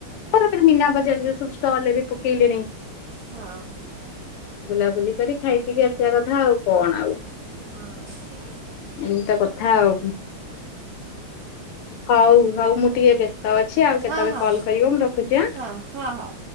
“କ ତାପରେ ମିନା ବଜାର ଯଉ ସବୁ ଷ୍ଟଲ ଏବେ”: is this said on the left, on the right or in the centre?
Left